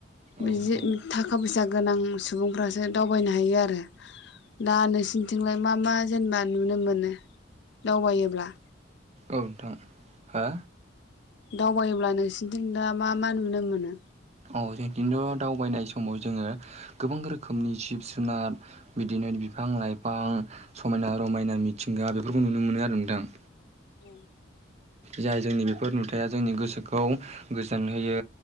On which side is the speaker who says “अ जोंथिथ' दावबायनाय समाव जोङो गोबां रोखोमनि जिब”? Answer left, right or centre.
Right